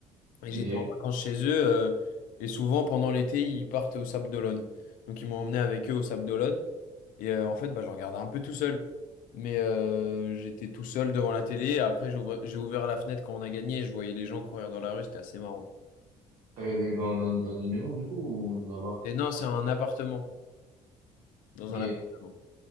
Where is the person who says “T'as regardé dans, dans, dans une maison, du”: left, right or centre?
Right